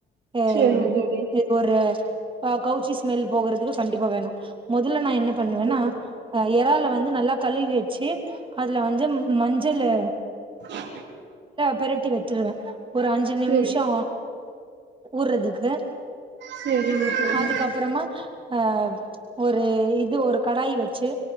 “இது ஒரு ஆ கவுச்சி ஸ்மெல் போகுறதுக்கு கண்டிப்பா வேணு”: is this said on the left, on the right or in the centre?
Right